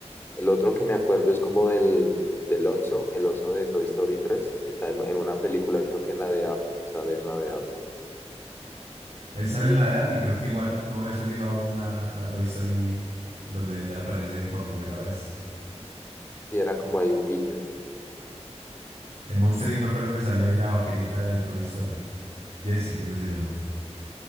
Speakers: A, on the left; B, on the right.
A: El otro que me acuerdo es como del, del oso, el oso de Toy Story 3 que está en, en una película, creo que en la de App, sale en la de App.
B: Él sale
A: Uy.
B: en la de App y creo que igual no había salido aún la, la Toy Story donde él aparece por primera vez.
A: Sí, era como ahí un guiño.
B: En Monster Inc. me acuerdo que sale la vaquerita de Toy Story. Jesse creo que se llama.